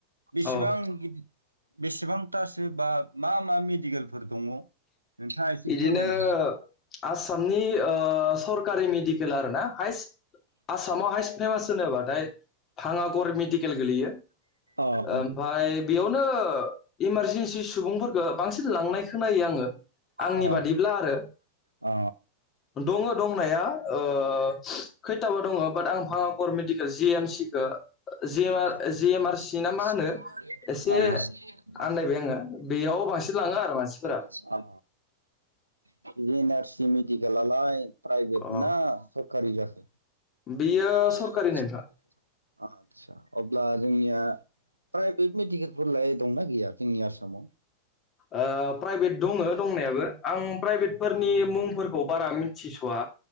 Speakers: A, on the right; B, on the left.
A: बेसेबां
B: औ
A: गिदिर बेसेबांथासो बा मा मा मेडिकेलफोर दङ नोंथाङा एसे
B: बिदिनो
A: फोरमायना
B: आसामनि ओ सरकारि मेदिकेल आरोना हायस आसामाव हायस फेमास होनोबाथाय भांगाघर मेदिकेल गोलैयो ओ
A: अ
B: ओमफाय
A: अ
B: बेयावनो इमारजि नसि सुबुंफोरखौ बांसिन लांनाय खोनायो आङो आंनि
A: अ
B: बादिब्ला आरो
A: अ
B: दङ दंनाया ओ खैथाबा दङ बाट आं भांगा करमेडकेल जि एम सिखौ
A: जेएनआरसि
B: जि एम आर सि ना मा होनो एसे आन्दायबाय आङो बेयाव बांसिन लाङो आरो मानसि
A: अ आरसि मेडिकेलालाय प्राइभेट
B: अ
A: ना सर जसे
B: बेयो
A: <inaudible>
B: सरकारि नोंथां
A: आदसा अब्ला जोंनिया प्राइभेट मेडिकेलफोर लाय दंना गैया जोंनि आसामाव
B: ओ प्राइभेट दङ दंनायाबो आं प्राइभेट फोरनि मुंफोरखौ बारा मोनथिसया